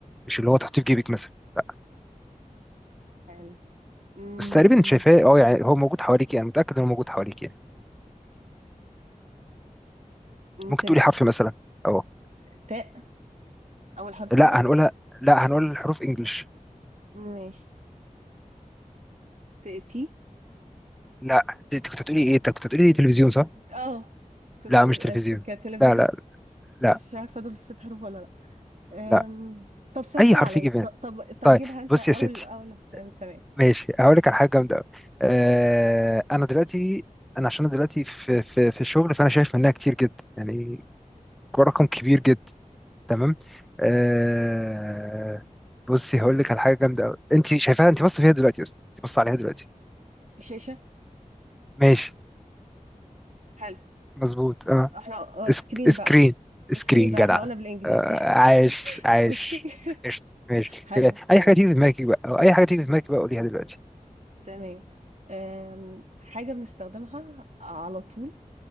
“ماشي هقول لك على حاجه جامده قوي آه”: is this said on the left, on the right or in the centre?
Centre